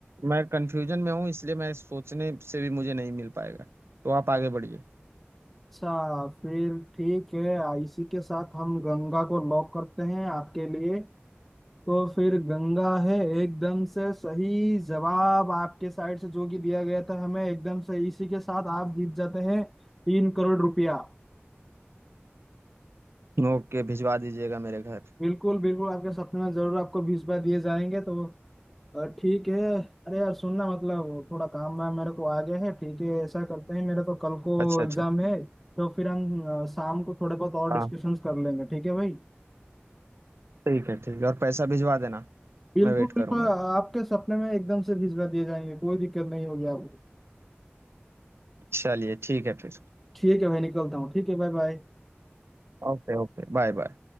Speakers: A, on the right; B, in the centre.
A: मैं कंफ्यूजन में हूँ इसलिए मैं सोचने से भी मुझे नहीं मिल पाएगा तो आप आगे बढ़िए
B: अच्छा फिर ठीक है इसी के साथ हम गंगा को लॉक करते हैं आपके लिए तो फिर गंगा है एकदम से सही जवाब आपके साइड से जो कि दिया गया था हमें एकदम से इसी के साथ आप जीत जाते हैं तीन करोड़ रुपया
A: ओके भिजवा दीजिएगा मेरे घर
B: बिल्कुल बिल्कुल आपके सपने में जरूर आपको भिजवा दिए जाएंगे तो अ, ठीक है अरे यार सुनना मतलब थोड़ा काम वाम मेरे को आ गया है ठीक है ऐसा करते हैं मेरा तो कल को
A: अच्छा अच्छा
B: एग्जाम है तो फिर हम अ, शाम को थोड़े बहुत और
A: हाँ
B: डिस्कशंस कर लेंगे ठीक है भाई
A: ठीक है ठीक है और पैसा भिजवा देना
B: बिल्कुल
A: मैं वेट
B: बिल्कुल
A: करूंगा
B: आपके सपने में एकदम से भिजवा दिए जाएंगे कोई दिक्कत नहीं होगी आपको
A: चलिए ठीक है फिर
B: ठीक है भाई निकलता हूँ ठीक है बाय बाय
A: Okay okay bye bye